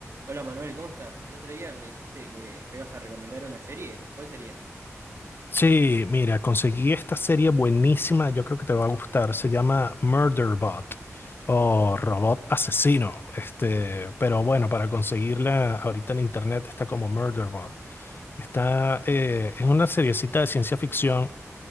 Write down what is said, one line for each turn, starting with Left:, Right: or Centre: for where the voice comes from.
Right: Hola Manuel, ¿cómo estás? El otro día me dijiste que me ibas a recomendar una serie. ¿Cuál sería?
Left: Sí, mira, conseguí esta serie buenísima, yo creo que te va a gustar. Se llama Murderbot o Robot Asesino. Este, pero bueno, para conseguirla ahorita en internet está como Murderbot. Está, eh, es una seriecita de ciencia ficción.